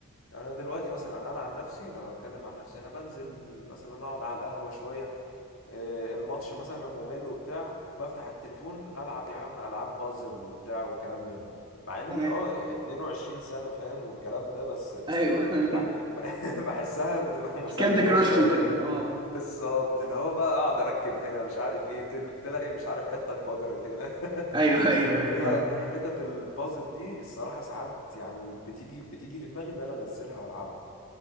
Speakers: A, on the left; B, on the right.
A: يعني انا دلوقتي مثلا انا عن نفسي لو هتكلم عن نفسي انا بنزل مثلا اقعد على القهوة شوية آه، الماتش مثلا ممل وبتاع بفتح التليفون العب يا عم العاب بازل وبتاع والكلام من ده مع اني
B: تمام
A: اه 22 سنة فاهم والكلام ده بس
B: ايوه ايوه
A: يعني
B: <laughs>
A: ب- <laughs> بحسها بتبقى مسلية
B: كاندي كراش
A: شوية
B: وكده
A: كده
B: بقى اه
A: بالظبط اللي هو بقى اقعد اركب هنا مش عارف ايه تل- تلاقي مش عارف حتة انفجرت هنا
B: ايوه
A: <laughs>
B: ايوه
A: هي
B: ايوه فاهم
A: حتت البازل دي الصراحة ساعات يعني بتيجي بتيجي في دماغي ان انا انزلها والعبها